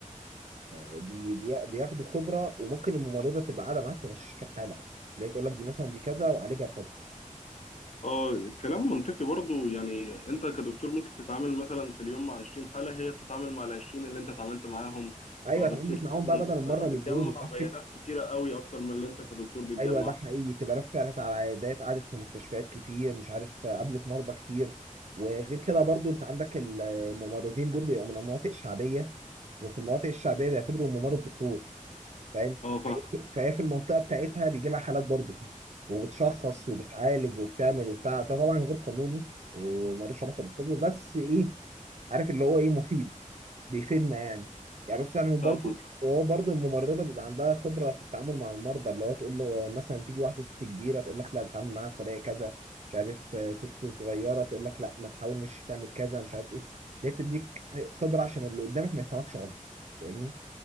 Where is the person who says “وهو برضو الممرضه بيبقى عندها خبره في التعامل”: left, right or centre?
Right